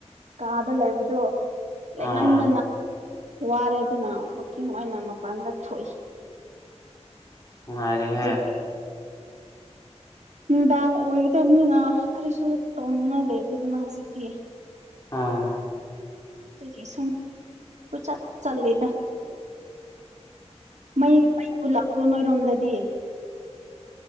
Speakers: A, on the right; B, on the left.
A: ꯀꯥꯗ ꯂꯩꯕꯗꯣ
B: ꯑꯥ
A: ꯂꯩ ꯃꯟꯗꯅ ꯋꯥꯔꯦ ꯑꯗꯨꯅ ꯋꯀꯤꯡ ꯑꯣꯏꯅ ꯃꯄꯥꯟꯗ ꯊꯣꯛꯏ
B: ꯉꯥꯏꯔꯦ
A: ꯍꯧꯖꯤꯛꯇꯤ
B: ꯍꯥꯏ
A: ꯅꯨꯡꯗꯥꯡ ꯑꯣꯏꯒꯗꯕꯅꯤꯅ ꯀꯔꯤꯁꯨ ꯇꯧꯅꯤꯡꯉꯥꯏ ꯂꯩꯇꯦꯗꯅ ꯍꯧꯖꯤꯛꯇꯤ
B: ꯑꯥ
A: ꯀꯁꯨꯝ ꯄꯨ ꯆ ꯆꯠ ꯂꯤꯗ ꯃꯩ ꯃꯩ ꯄꯨꯜꯂꯛꯄ꯭ꯔꯣ ꯅꯣꯏꯔꯣꯝꯗꯗꯤ